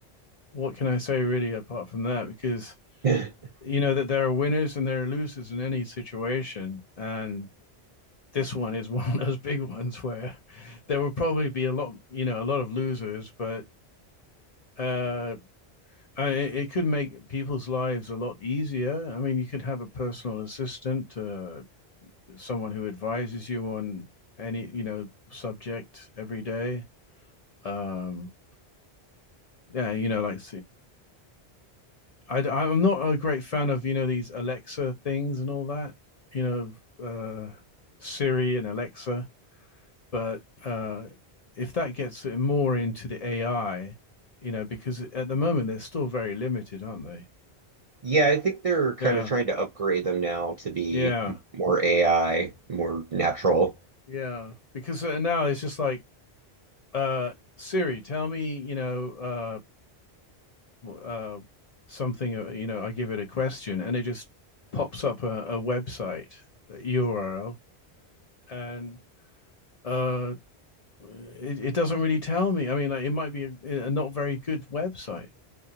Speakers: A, on the left; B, on the right.
A: What can I say really apart from that? Because
B: <laughs>
A: you know that there are winners and there are losers in any situation, and this one is <laughs> one of those big ones where there will probably be a lot. You know, a lot of losers, but uh Uh, it, it could make people's lives a lot easier. I mean, you could have a personal assistant, uh, someone who advises you on any you know subject every day. Um, yeah, you know, like I, I'm not a great fan of you know these Alexa things and all that. You know, uh, Siri and Alexa, but uh, if that gets more into the AI, you know, because at the moment they're still very limited, aren't they?
B: Yeah, I think they're kind
A: Yeah,
B: of trying to upgrade them now to be
A: yeah.
B: more AI, more natural.
A: Yeah, because uh, now it's just like uh Siri, tell me, you know, uh uh something, uh, you know, I give it a question and it just pops up a, a website a URL and uh it, it doesn't really tell me. I mean, like, it might be a, a not very good website,